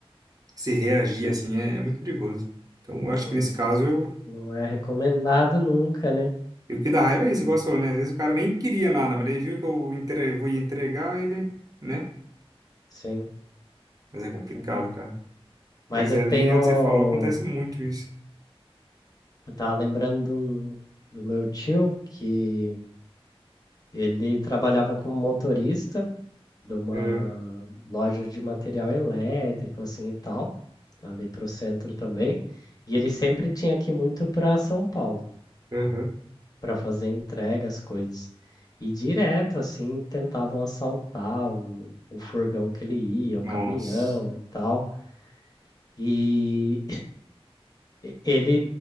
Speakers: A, on the right; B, on the left.
A: se reagir assim é, é muito perigoso. Então, eu acho
B: Não,
A: que nesse caso
B: não é recomendado nunca, né?
A: E o que dá raiva é isso,
B: Hum,
A: igual você falou, né? Às vezes o cara nem queria nada, mas ele viu que eu, entre... eu vou entregar ele, né?
B: Sim,
A: Mas é complicado,
B: é mesmo.
A: cara.
B: Mas
A: Mas
B: eu
A: é
B: tenho.
A: ali, antes você falou, acontece muito isso.
B: Eu tava lembrando do, do meu tio que ele trabalhava como motorista de uma
A: É,
B: loja de material elétrico, assim e tal, ali para o centro também. E ele sempre tinha que ir muito para São Paulo
A: aham.
B: para fazer entrega, as coisas. E direto, assim, tentavam assaltar o, o furgão que ele ia, o
A: Nossa.
B: caminhão e tal. E Ele,